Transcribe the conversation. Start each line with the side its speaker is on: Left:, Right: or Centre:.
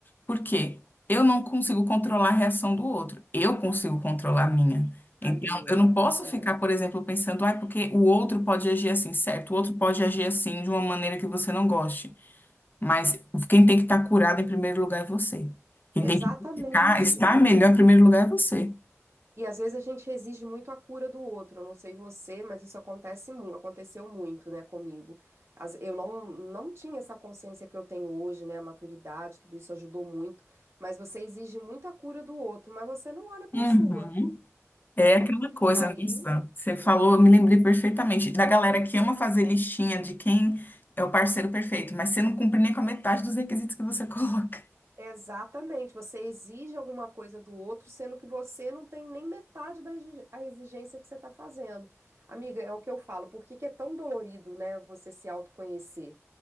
Left: porque eu não consigo controlar a reação do outro, eu consigo controlar a minha.
Right: a
Left: Então,
Right: minha.
Left: eu não posso
Right: É.
Left: ficar, por exemplo, pensando, ah, porque o outro pode agir assim, certo? O outro pode agir assim de uma maneira que você não goste. Mas quem tem que estar curado em primeiro lugar é você. Quem
Right: Exatamente.
Left: tem que ficar, estar melhor em primeiro lugar é você.
Right: E às vezes a gente exige muito a cura do outro. Eu não sei você, mas isso acontece, mu- aconteceu muito, né, comigo. As- Eu não, não tinha essa consciência que eu tenho hoje, né, a maturidade, tudo isso ajudou muito. Mas você exige muito a cura do outro, mas você não olha para
Left: Uhum.
Right: a sua,
Left: É
Right: né?
Left: aquela coisa,
Right: E aí
Left: Nissa. Você falou, eu me lembrei perfeitamente da galera que ama fazer listinha de quem é o parceiro perfeito, mas você não cumpre nem com a metade dos requisitos que você <laughs> coloca.
Right: Exatamente, você exige alguma coisa do outro, sendo que você não tem nem metade da exi- a exigência que você está fazendo. Amiga, é o que eu falo, por que que é tão dolorido, né, você se autoconhecer?